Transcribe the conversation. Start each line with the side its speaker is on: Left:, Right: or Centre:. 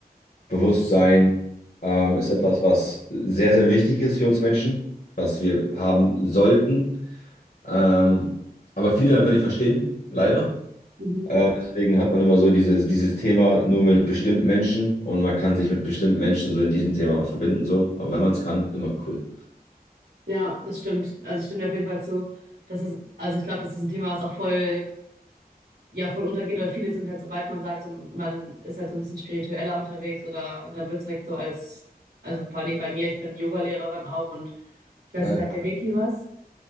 Left: Bewusstsein ähm, ist etwas, was sehr, sehr wichtig ist für uns Menschen, was wir haben sollten. Ähm, aber viele einfach nicht verstehen, leider.
Right: Mhm.
Left: Äh, deswegen hat man immer so dieses, dieses Thema nur mit bestimmten Menschen und man kann sich mit bestimmten Menschen so in diesem Thema verbinden, so. Aber wenn man es kann, immer cool.
Right: Ja, das stimmt. Also ich stimme dir auf jeden Fall zu. Das ist, also ich glaube, das ist ein Thema, was auch voll ja voll untergeht, oder viele sind halt, sobald man sagt, so, man ist halt so ein bisschen spiritueller unterwegs oder dann wird es direkt so als, also vor allen Dingen bei mir, ich bin Yoga-Lehrerin auch und ich weiß
Left: Geil.
Right: nicht, sagt der Reiki was?